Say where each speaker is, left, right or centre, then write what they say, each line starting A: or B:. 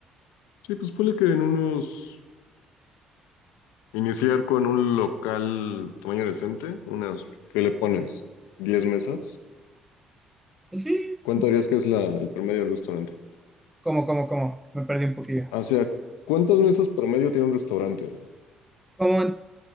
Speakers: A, on the left (about 85°); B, in the centre.
A: Sí, pues ponle que en unos... Iniciar con un local tamaño decente, unas... ¿Qué le pones? ¿Diez mesas?
B: Pues sí,
A: ¿Cuánto harías que es la, el promedio del restaurante?
B: como, como, como, me perdí un poquillo.
A: O sea, ¿cuántas mesas promedio tiene un restaurante?
B: Como, en-